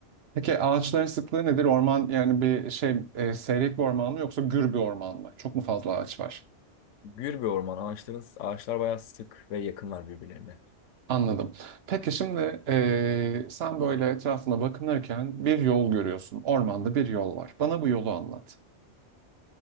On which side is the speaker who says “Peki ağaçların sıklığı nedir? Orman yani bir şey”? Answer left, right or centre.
Right